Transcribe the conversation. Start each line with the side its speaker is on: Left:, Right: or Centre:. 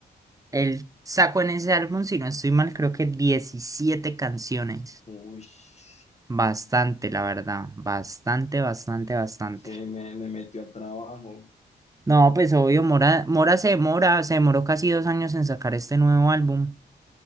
Right: Él sacó en ese álbum, si no estoy mal, creo que 17 canciones.
Left: Uy, sí,
Right: Bastante, la verdad. Bastante, bastante, bastante.
Left: me, me metió al trabajo.
Right: No, pues obvio, Mora, Mora se demora, se demoró casi dos años en sacar este nuevo álbum,